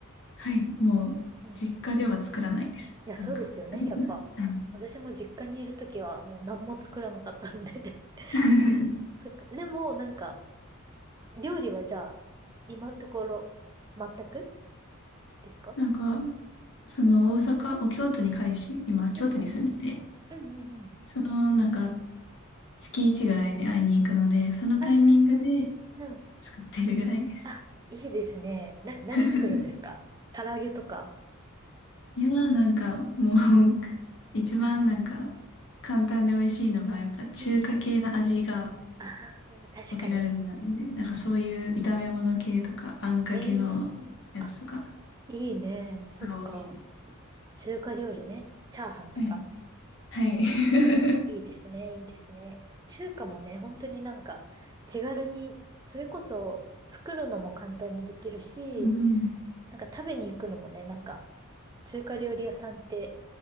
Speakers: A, on the left; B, on the right.
A: はいもう、
B: うん。
A: 実家では作らないです。
B: いや、
A: なんか、
B: そうですよね、やっぱ。
A: はい。
B: 私も実家にいるときは、もう何も作らなかったので
A: <laughs>
B: <laughs> そっか。でも、なんか、料理はじゃあ、今のところ、全くですか
A: なんか、その、大阪、お京都に彼氏、今、京都に住んでて、
B: うんうんうん。うんうんうん。
A: その、なんか、月1ぐらいで会いに行くので、そのタイミングで
B: はいはいはい。うん。
A: 作ってるぐらいです。
B: あ、いいですね。な、何作るんですか唐揚げとか。
A: <laughs> いやーなんか、もう
B: うん。
A: <laughs> 一番なんか、簡単で美味しいのが、やっぱ中華系の味が
B: うん。ああ、確かに。
A: お手軽なんで、なんかそういう炒め物系とか、あんかけのやつとか、
B: ええあ、いいね。そっか。
A: が多いです。
B: 中華料理ね。チャーハンとか。
A: はい。はい。
B: うんいいですね。いいですね。中華もね、本当になんか手軽に、それこそ作るのも簡単にできるし、
A: <laughs> うん。
B: なんか食べに行くのもね、なんか中華料理屋さんって